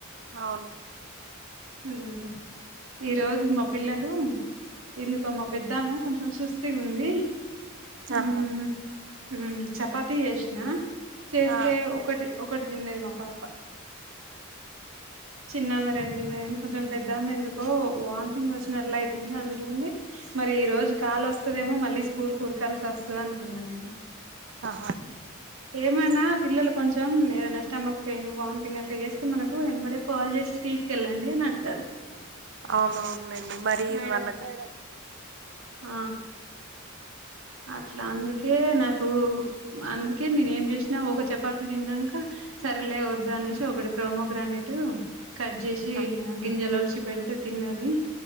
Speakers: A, on the right (about 60°); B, on the right (about 75°).
A: అవును
B: మ్ ఈ రోజు మా పిల్లలు ఎందుకో మా పెద్దమె కొంచెం సుస్తిగా ఉంది
A: ఆహా
B: ఉ ఉమ్ చపాతి చేస్ ఆ చేస్తే
A: ఆ
B: ఒకటి ఒకటి తిన్నది మా పాప చిన్నామె రెండు తిన్న కొంచెం పెద్దామె ఎందుకో వామిటింగ్ వచ్చినట్ల అయితుంది అంటుంది మరి ఈ రోజు కాలు వస్తదేమో మళ్ళీ స్కూల్ కురకాల్సి వస్తుంది అనుకున్నా నేను
A: ఆహా
B: ఏమైనా పిల్లలు కొంచెం ఏదైనా స్టమక్ పెయిన్ వామిటింగ్ అట్లా చేస్తే మనకు ఎంబడే కాల్ చేసి తీసు వెళ్ళండి అని అంటారు
A: అవునవునండి మరి
B: మేడం
A: వాళ్ళకు
B: ఆ అట్లా అందుకే నాకు అందుకే నేనే ఏం చేసినా ఒక చపాతి తిన్నాక సరిలే ఓద్దు అనేసి ఒకటి ప్రోమోగ్రానెటు కట్ చేసి
A: ఆ
B: గింజలు వొలిచి పెడితే తిన్నది